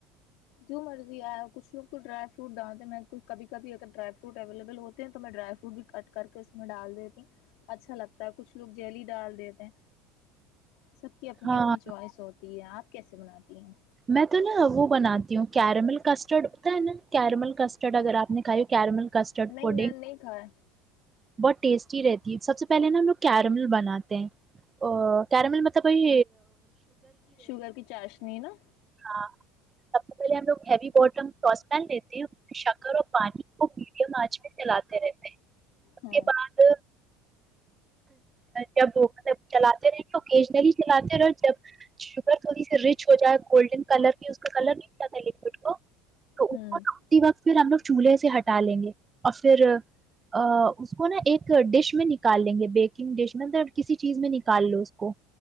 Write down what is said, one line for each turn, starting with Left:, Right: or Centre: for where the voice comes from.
Left: جو مرضی آیا کچھ لوگ تو ڈرائی فروٹ ڈالتے ہیں میں کبھی کبھی اگر ڈرائی فروٹ اویلیبل ہوتے ہیں تو میں ڈرائی فروٹ بھی کٹ کر کے اس میں ڈال دیتی ہ اچھا لگتا ہے کچھ لوگ جیلی ڈال دیتے ہیں سب کی اپنی
Right: ہاں
Left: اپنی چوائس ہوتی آپ کیسے بناتی ہیں
Right: میں تو نا وہ بناتی ہوں کیرمل کسٹرڈ ہوتا ہے نا کیرمل کسٹرڈ اگر آپ نے کھائی کیرمل کسٹر
Left: نہیں
Right: پ
Left: میں نے نہیں کھایا
Right: بہت ٹیسٹی رہتی ہے سب سے پہلےا ہم لوگ کیرمل بناتے ہیں ا کیامل م س بئی
Left: شوگر کی چاشنی نا
Right: ہاں سب سے پہلے ہم لوگ ہیوی بوٹم ساس پین لیتے ہیں اس میں شکر اور پانی کو میڈیم آنچ میں چلاتے رہتے ہیں اس
Left: ہاں
Right: کے بعد جب مطلب چلاتے رہے اوکیجنلی چلاتے رہے جب شوگر تھوڑی سی رچ ہو جائے گولڈن کلر کی اس کا کلر نہیں ملا لکوڈ کو تو
Left: ہوں
Right: اپر چھتی وقت پھر ہم لوگ چولہے سے ہٹا لیں گے اور پھر اس کو نا ایک ڈش میں نکال لیں گے بیکنگ ڈش میںب کسی چیز میں نکال لو اس کو